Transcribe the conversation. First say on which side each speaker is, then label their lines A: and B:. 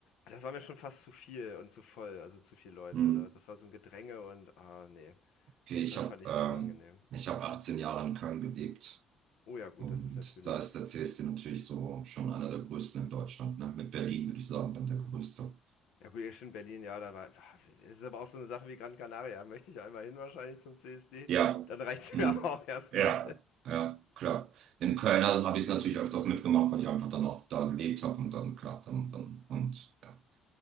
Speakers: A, on the left; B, on the right.
A: das war mir schon fast zu viel und zu voll, also zu viele Leute.
B: Hm.
A: Da, das war so ein Gedränge und ah nee,
B: Okay, ich
A: kon-
B: habe
A: fand ich
B: ähm,
A: nicht so angenehm.
B: ich hab 18 Jahre in Köln gelebt.
A: Oh ja, gut,
B: Und
A: das ist natürlich
B: da ist der CSD natürlich so schon einer der größten in Deutschland. Ne? Mit Berlin würde ich sagen, dann der größte.
A: ja gut, ja, schön Berlin, ja, da war es ist aber auch so eine Sache wie Gran Canaria, Da möchte ich einmal hin wahrscheinlich zum CSD,
B: Ja.
A: dann reicht's
B: Hm.
A: mir <laughs> aber auch erstmal.
B: Ja, ja, klar. In Köln also habe ich es natürlich öfters mitgemacht, weil ich einfach dann auch da gelebt habe und dann, klar, dann, dann und ja.